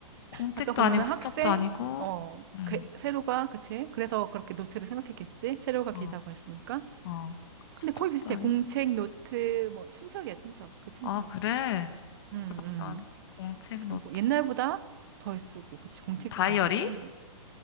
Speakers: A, on the left; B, on the right.
A: 공책도
B: 아까 보면은
A: 아니고 수첩도
B: 학생
A: 아니고,
B: 어
A: 음,
B: 그, 세로가 그치? 그래서 그렇게 노트를 생각했겠지? 세로가
A: 어,
B: 길다고 했으니까.
A: 어, 수첩도
B: 근데 거의 비슷해.
A: 아니고.
B: 공책, 노트, 뭐, 친척이야, 친척. 그 친척.
A: 아, 그래?
B: 음, 음.
A: 난 공책,
B: 그리고
A: 노트,
B: 옛날보다 덜 쓰고, 그치, 공책도
A: 다이어리?
B: 덜 쓰긴 하는 건.